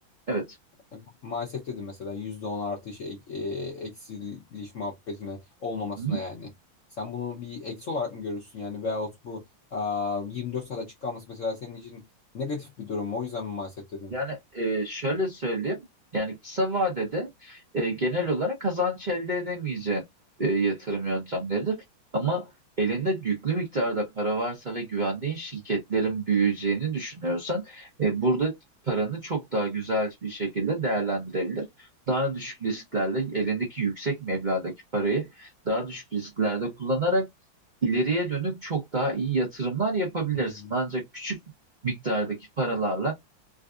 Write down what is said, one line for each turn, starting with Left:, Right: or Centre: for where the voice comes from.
Right: Evet.
Left: e, maalesef dedin mesela %10 artış e, e, eksiliş muhabbetine olmamasına
Right: Hı?
Left: yani. Sen bunu bir eksi olarak mı görürsün yani veyahut bu aa, 24 saat açık kalması mesela senin için negatif bir durum mu? O yüzden mi maalesef dedin?
Right: Yani e, şöyle söyleyeyim. Yani kısa vadede e, genel olarak kazanç elde edemeyeceğin e, yatırım yöntemleridir. Ama elinde yüklü miktarda para varsa ve güvendiğin şirketlerin büyüyeceğini düşünüyorsan e, burada paranı çok daha güzel bir şekilde değerlendirebilir. Daha düşük risklerle elindeki yüksek meblağdaki parayı daha düşük risklerde kullanarak ileriye dönük çok daha iyi yatırımlar yapabilirsin.
Left: Hı hı.
Right: Ancak küçük miktardaki paralarla